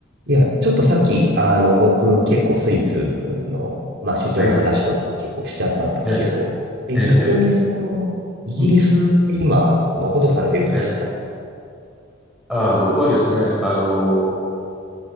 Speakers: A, on the right; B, in the centre.
A: いや、ちょっとさっき、あの、僕結構スイスの、まあ、出張の話とか結構しちゃったんですけど、
B: はい。ええ、
A: え、
B: ええ、
A: 逆にその、
B: ええ
A: イギリスで今、
B: うん。
A: どんなことされてるんですか
B: はい。ああ、僕はですね、あの、